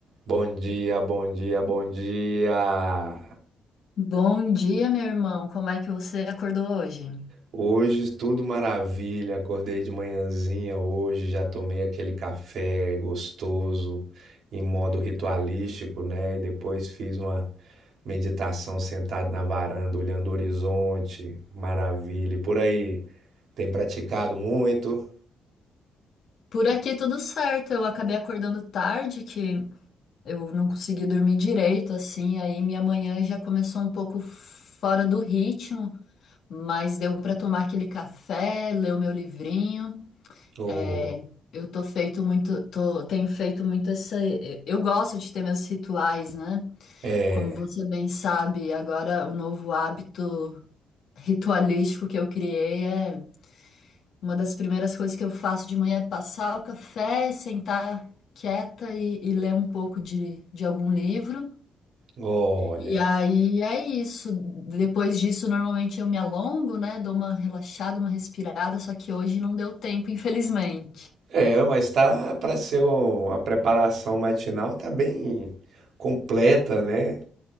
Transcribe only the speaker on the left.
Bom dia, meu irmão. Como é que você acordou hoje?
Por aqui tudo certo. Eu acabei acordando tarde, que eu não consegui dormir direito, assim. Aí minha manhã já começou um pouco fora do ritmo, mas deu para tomar aquele café, ler o meu livrinho.
É, eu tô feito muito, tô- tenho feito muito essa. Eu gosto de ter meus rituais, né?
Como você bem sabe, agora o novo hábito ritualístico que eu criei é Uma das primeiras coisas que eu faço de manhã é passar o café, sentar quieta e, e ler um pouco de, de algum livro.
E aí é isso. Depois disso, normalmente eu me alongo, né? Dou uma relaxada, uma respirada, só que hoje não deu tempo, <laughs> infelizmente.